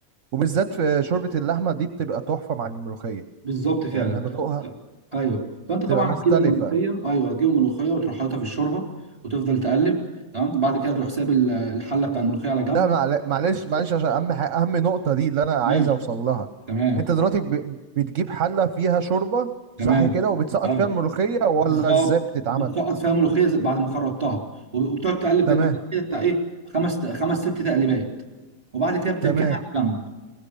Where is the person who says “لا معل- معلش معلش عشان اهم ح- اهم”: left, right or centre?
Right